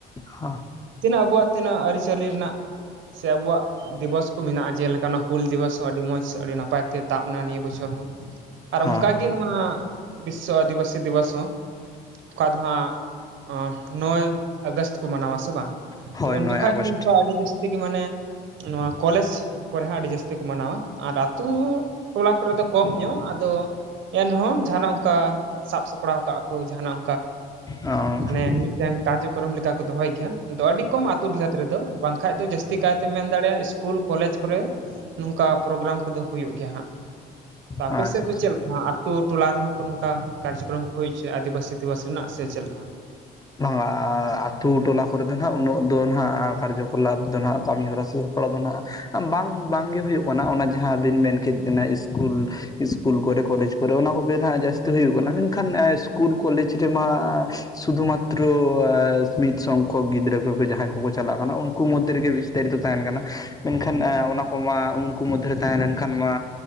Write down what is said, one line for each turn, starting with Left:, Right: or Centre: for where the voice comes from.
Left: ᱦᱚ
Right: ᱛᱤᱱᱟᱹᱜ ᱟᱵᱚᱣᱟᱜ ᱛᱤᱱᱟᱹᱜ ᱟᱹᱨᱤᱪᱟᱹᱞᱤ ᱨᱮᱱᱟᱜ ᱥᱮ ᱟᱵᱩᱣᱟᱜ ᱫᱤᱵᱚᱥ ᱠᱚ ᱢᱮᱱᱟᱜᱼᱟ ᱡᱮᱞᱮᱠᱟ ᱚᱱᱟ ᱦᱩᱞ ᱫᱤᱵᱚᱥ ᱦᱚᱸ ᱟᱹᱰᱤ ᱢᱚᱸᱡᱽ ᱟᱹᱰᱤ ᱱᱟᱯᱟᱭ ᱛᱮ ᱛᱟᱵᱱᱟ ᱱᱤᱭᱟᱹ ᱵᱚᱪᱷᱚᱨ ᱦᱚᱸ᱾ ᱟᱨ
Left: ᱦᱚᱸ
Right: ᱚᱝᱠᱟᱜᱮ ᱱᱚᱣᱟ ᱵᱤᱥᱥᱚ ᱟᱫᱤᱵᱟᱹᱥᱤ ᱫᱤᱵᱚᱥ ᱦᱚᱸ ᱚᱠᱟ ᱫᱚ ᱦᱟᱸᱜ ᱚᱸ ᱱᱚᱭ ᱟᱜᱚᱥᱴ ᱠᱚ ᱢᱟᱱᱟᱣᱟ ᱥᱮ ᱵᱟᱝ?
Left: ᱦᱳᱭ
Right: ᱛᱚ ᱩᱱ
Left: ᱱᱚᱭ
Right: ᱡᱚᱠᱷᱟᱡ
Left: ᱟᱜᱚᱥᱴ
Right: ᱦᱚᱸ ᱱᱚᱝᱠᱟ ᱟᱹᱰᱤ ᱡᱟᱹᱥᱛᱤ ᱜᱮ ᱢᱟᱱᱮ ᱱᱚᱣᱟ ᱠᱚᱞᱮᱡᱽ ᱠᱚᱨᱮ ᱦᱚᱸ ᱟᱹᱰᱤ ᱡᱟᱹᱥᱛᱤ ᱠᱚ ᱢᱟᱱᱟᱣᱟ ᱟᱨ ᱟᱹᱛᱩ ᱴᱚᱞᱟ ᱠᱚᱨᱮ ᱫᱚ ᱠᱚᱢ ᱧᱚᱜ ᱟᱫᱚ ᱮᱱᱨᱮᱦᱚᱸ ᱡᱟᱦᱟᱱᱟᱜ ᱚᱝᱠᱟ ᱥᱟᱵ ᱥᱟᱯᱲᱟᱣ ᱠᱟᱜᱼᱟ ᱠᱚ ᱡᱟᱦᱟᱱᱟᱜ ᱚᱝᱠᱟ
Left: ᱚ ᱟᱪᱪᱷᱟ
Right: ᱢᱟᱱᱮ ᱢᱤᱫ ᱴᱮᱱ ᱠᱟᱨᱡᱚᱠᱚᱨᱚᱢ ᱞᱮᱠᱟ ᱠᱚ ᱫᱚᱦᱚᱭ ᱜᱮᱭᱟ ᱟᱫᱚ ᱟᱹᱰᱤ ᱠᱚᱢ ᱟᱹᱛᱩ ᱰᱤᱦᱟᱹᱛ ᱨᱮᱫᱚ ᱵᱟᱝᱠᱷᱟᱡ ᱫᱚ ᱡᱟᱹᱥᱛᱤ ᱠᱟᱭᱛᱮ ᱢᱮᱱ ᱫᱟᱲᱮᱜᱼᱟ ᱤᱥᱠᱩᱞ ᱠᱚᱞᱮᱡᱽ ᱠᱚᱨᱮ ᱱᱚᱝᱠᱟ ᱯᱨᱳᱜᱨᱟᱢ ᱠᱚᱫᱚ ᱦᱩᱭᱩᱜ ᱜᱮᱭᱟ ᱦᱟᱸᱜ, ᱟᱯᱮ
Left: ᱟᱪᱪᱷᱟ
Right: ᱥᱮᱜ ᱫᱚ ᱪᱮᱫ ᱞᱮᱠᱟ ᱦᱟᱸᱜ? ᱛᱩ ᱴᱚᱞᱟ ᱨᱮᱦᱚᱸ ᱠᱚ ᱱᱚᱝᱠᱟ ᱠᱟᱨᱡᱚᱠᱚᱨᱚᱢ ᱠᱚ ᱦᱩᱭ ᱚᱪᱚᱭᱟ ᱟᱹᱫᱤᱵᱟᱹᱥᱤ ᱫᱤᱵᱚᱥ ᱨᱮᱱᱟᱜ ᱥᱮ ᱪᱮᱜ ᱞᱮᱠᱟ?
Left: ᱵᱷᱟᱝᱟ ᱟᱹᱛᱩ ᱴᱚᱞᱟ ᱠᱚᱨᱮ ᱫᱚ ᱱᱟᱦᱟᱜ ᱩᱱᱟᱹᱜ ᱫᱚ ᱱᱟᱦᱟᱜ ᱟ ᱠᱟᱨᱡᱚᱠᱚᱞᱟᱵ ᱫᱚ ᱱᱟᱦᱟᱜ ᱠᱟᱹᱢᱤ ᱦᱚᱨᱟ ᱥᱮ ᱥᱟᱯᱲᱟᱣ ᱫᱚ ᱱᱟᱦᱟᱜ ᱵᱟᱝ ᱵᱟᱝᱜᱮ ᱦᱩᱭᱩᱜ ᱠᱟᱱᱟ ᱚᱱᱟ ᱡᱟᱦᱟᱸᱵᱤᱱ ᱢᱮᱱ ᱠᱮᱜ ᱚᱱᱮ ᱤᱥᱠᱩᱞ ᱤᱥᱠᱩᱞ ᱠᱚᱨᱮ ᱠᱚᱞᱮᱡᱽ ᱠᱚᱨᱮ ᱚᱱᱟ ᱠᱚᱜᱮ ᱱᱟᱦᱟᱜ ᱡᱟᱹᱥᱛᱤ ᱦᱩᱭᱩᱜ ᱠᱟᱱᱟ ᱢᱮᱱᱠᱷᱟᱱ ᱤᱥᱠᱩᱞ ᱠᱚᱞᱮᱡᱽ ᱨᱮᱢᱟ ᱥᱩᱫᱷᱩ ᱢᱟᱛ ᱛᱨᱳ ᱟᱥ ᱢᱤᱫ ᱥᱚᱝᱠᱷᱚᱠ ᱜᱤᱫᱽᱨᱟᱹ ᱠᱚᱠᱚ ᱡᱟᱦᱟᱸᱭ ᱠᱚᱠᱚ ᱪᱟᱞᱟᱜ ᱠᱟᱱᱟ ᱩᱝᱠᱩ ᱢᱚᱫᱽᱫᱷᱮ ᱨᱮᱜᱮ ᱵᱤᱥᱛᱟᱨᱤᱛᱚ ᱛᱟᱦᱮᱱ ᱠᱟᱱᱟ᱾ ᱢᱮᱱᱠᱷᱟᱱ ᱮ ᱚᱱᱟ ᱠᱚᱢᱟ ᱩᱝᱠᱩ ᱢᱚᱫᱽᱫᱷᱮᱨᱮ ᱛᱟᱦᱮᱸ ᱞᱮᱱᱠᱷᱟᱱ ᱢᱟ